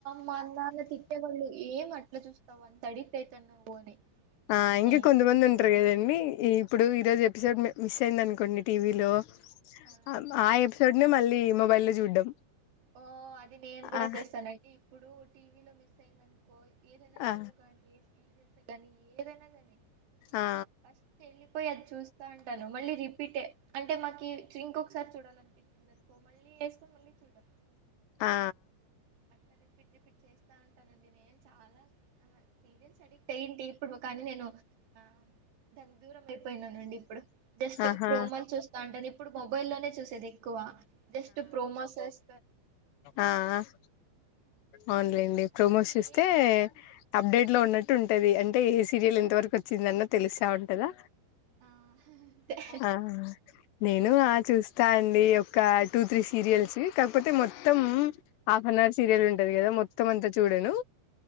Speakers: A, on the right; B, on the left.
A: మా అన్న నన్ను తిట్ ఏం అట్లా చూస్తావు అంత అడిక్ట్ అయితున్నావు అని
B: ఆహ్ ఇంగా
A: నేను
B: కొంతమంది
A: అసలు
B: ఉంటారు కదండి ఇగ్ ఇప్పుడు ఈరోజు ఎపిసోడ్ మే మిస్ అయింది అనుకోండి టీవీలో.
A: ఆ
B: ఆహ్ ఆ ఎపిసో ఎపిసోడ్నే మళ్ళీ మొబైల్ లో చూడ్డం.
A: ఓ అది నేను కూడా
B: ఆ
A: చేస్తానండి. ఇప్పుడు టీవీలో మిస్ అయిందనుకో ఏదైనా
B: ఆ
A: షో గానీ సీరియల్స్. సీరియల్ని ఏదైనా కానీ.
B: ఆ
A: ఫస్ట్ వెళ్ళిపోయి అది చూస్తాంటాను. మళ్ళీ రిపీటే అంటే మాకి ఇంకొకసారి చూడాలనిపించిందనుకో మళ్ళీ వేస్కుని మళ్ళీ చూడ్డం.
B: ఆ
A: అట్టా రిపీట్ రిపీట్ చేస్తా ఉంటానండి నేను చాలా. అలా సీరియల్స్ అడిక్ట్ అయ్యింటి. ఇప్పుడు కానీ నేను ఆహ్ దాని దూరం అయిపోయినానండి ఇప్పుడు. జస్ట్
B: ఆహా
A: ప్రోమోలు చూస్తాంటాను. ఎప్పుడు మొబైల్లోనే చూసేది ఎక్కువ జస్ట్ ప్రోమోస్స్.
B: ఆహ్ ఆహ్ అవునులేండి
A: ఉరికిపోతాండి
B: ప్రోమోస్ చూస్తే
A: మీరు
B: అప్డేట్లు. లో ఉన్నట్టు ఉంటది అంటే ఏస్. ఏ సీరియల్ ఎంత వరకు వచ్చిందన్న తెలుస్తా ఉంటదా.
A: ఆ అంతే
B: ఆహ్ నేను
A: మీరు
B: ఆహ్ చూస్తా అండి. ఒక టూ త్రీ సీరియల్స్ కాకపోతే మొత్తం హాఫ్ అన్ అవర్ సీరియల్ ఉంటది కదా మొత్తం అంతా చూడను.